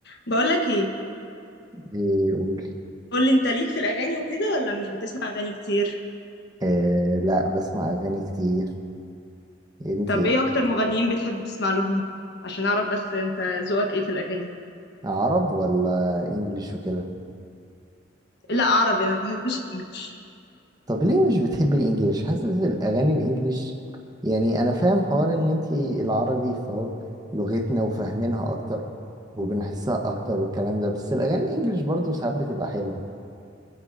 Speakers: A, on the left; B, on the right.
A: بقولك ايه
B: ايه قول
A: قولي انت ليك في الاغاني وكده ولا مش بتسمع اغاني كتير
B: إيه لا بسمع اغاني كتير انت
A: طب
B: ايه
A: ايه اكتر مغنيين بتحب تسمع لهم عشان اعرف بس انت ذوقك ايه في الاغاني
B: عرب ولا انجليش وكده
A: لا عربي انا ما بحبش الانجليش
B: طب ليه مش بتحبي الانجليش حاسس الاغاني الانجليش يعني انا فاهم حوار ان انت العربي فهو لغتنا وفاهمينها اكتر وبنحسها اكتر والكلام ده بس الاغاني الانجليش برضه ساعات بتبقى حلوة